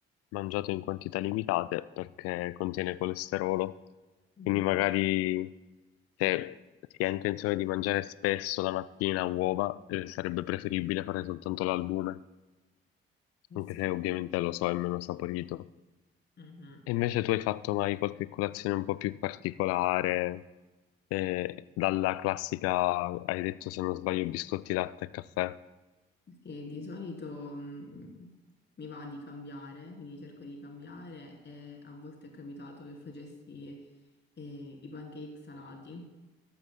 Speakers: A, on the left; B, on the left.
A: mangiato in quantità limitate perché contiene colesterolo,
B: mhm.
A: quindi magari se si ha intenzione di mangiare spesso la mattina uova, eh, sarebbe preferibile fare soltanto l'albume,
B: Eh
A: anche
B: sì.
A: se ovviamente lo so, è meno saporito.
B: Mhm.
A: E invece tu hai fatto mai qualche colazione un po' più particolare, eh, dalla classica, hai detto se non sbaglio, biscotti, latte e caffè?
B: Sì, di solito mh, mi va di cambiare, quindi cerco di cambiare e a volte è capitato che facessi eh, i pancake salati.